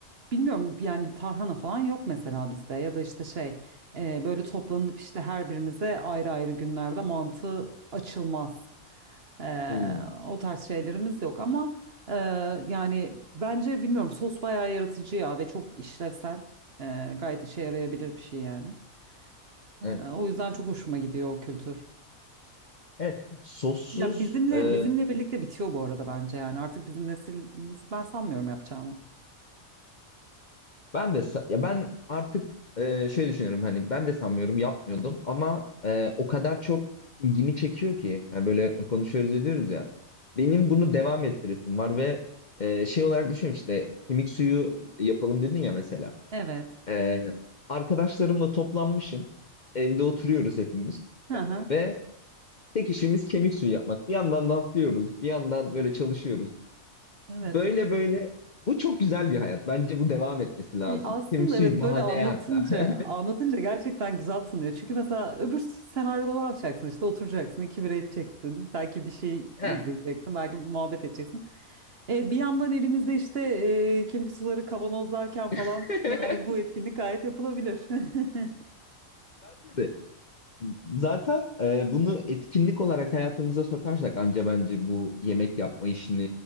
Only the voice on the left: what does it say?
Hmm.
Evet.
Evet. Sossuz
e,
Ben de sa- ya ben artık e, şey düşünüyorum hani ben de sanmıyorum yapmıyordum ama e, o kadar çok ilgimi çekiyor ki yani böyle konuşuyoruz ediyoruz ya benim bunu devam ettiresim var ve e, şey olarak düşünüyorum işte kemik suyu yapalım dedin ya mesela
E, arkadaşlarımla toplanmışım evde oturuyoruz hepimiz
E,
ve tek işimiz kemik suyu yapmak bir yandan laflıyoruz bir yandan böyle çalışıyoruz
Böyle böyle bu çok güzel bir hayat. Bence bu devam etmesi lazım.
Kemik suyu
bahane
hatta. <laughs>
Ha.
<laughs>
Bence de. Zaten e, bunu etkinlik olarak hayatımıza sokarsak anca bence bu yemek yapma işini